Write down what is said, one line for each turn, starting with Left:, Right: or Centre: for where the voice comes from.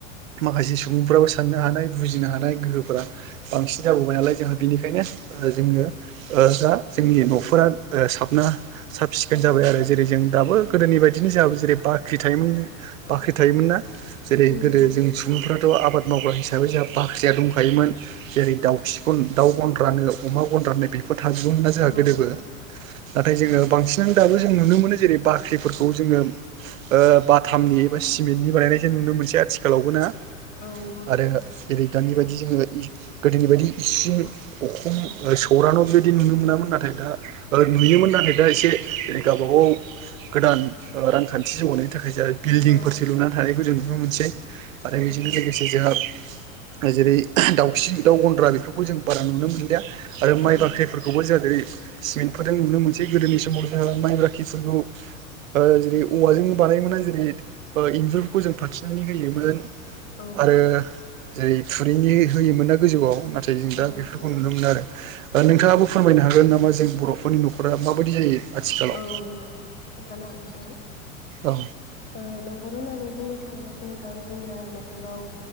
Right: माखासे सुबुंफ्राबो साननो हानाय बुजिनो हानाय
Left: औ
Right: गोहोफोरा बांसिन जाबोबाय नालाय जोंहा बिनिखायनो ओ जोङो ओ दा जोंनि न'फोरा साबना साब सिखोन
Left: खाना
Right: जाबाय आरो
Left: आरोना
Right: जेरै जों दाबो गोदोनि बायदिनो जाबो जेरै बाख्रि थायोमोन
Left: औ
Right: बाख्रि थायोमोन ना जेरै
Left: उम
Right: गोदो
Left: नंगौ नोंथां
Right: जोंनि सुबुंफोराथ' आबाद मावग्रा हिसा बै जोंहा बाख्रिया दंखायोमोन जेरै
Left: औ
Right: दाउखिखौ दाउ गनद्रानो अमा गनद्रानो बेफ थाजोबोमोना जाहा
Left: औ
Right: गोदोबो
Left: नंगौ नोंथां
Right: नाथाय जोङो बांसिनानो दाबो जों नुनो मोनो जेरै बाख्रिफोरखौ जोङो ओ बाथामनि बा सिमेन्टनि बानायनायसो नुनो मोनसै आथिखालावबो ना? आरो
Left: औ नंगौ नोंथां
Right: जेरै दानि बायदि जोङो इ गोदोनि बायदि इसिं अखम
Left: औ
Right: ओ सौरा न' बेबायदि नुनो मोनामोन नाथाय दा ओ नुयोमोन नाथाय दा एसे गावबा गाव गोदान ओ रांखान्थि जौगानायनि थाखाय जा बिल्डिंफोरसो
Left: औ
Right: लुनानै थानायखौ जों नुनो मोनसै आरो
Left: नंगौ
Right: बेजोंनो
Left: नोंथां
Right: लोगोसे जोंहा। जेरै दाउखि दाउ गन्द्रा बेफोरखौ जों बारा नुनो मोनलिया। आरो माइ
Left: औ
Right: बाख्रिफोरखौबो जाहा दिनै सिमेन्टफोरजों नुनो मोनसै गोदोनि समाव जोंहा माइ बाखि फोरखौ ओ जेरै औवाजों बानायोमोना जेरै ओ इन्जुरफोरखौ जों फाथिनानै होयोमोन
Left: औ
Right: आरो जेरै थुरिनि होयोमोना गोजौआव नाथ य जों दा
Left: औ नंगौ
Right: बेफोरखौ
Left: नोंथां
Right: नुनो मोना आरो। ओ नोंथाङाबो फोरमायनो हागोन नामा जों बर'फोरनि न'खरा माबायदि जायो आथिखालाव
Left: औ नंगौ खोन्थानो हागोन नोंथां। ओ
Right: औ
Left: न'खर होननानै बुंनो थाङोबा। नोंथां जोंनिया न'खराव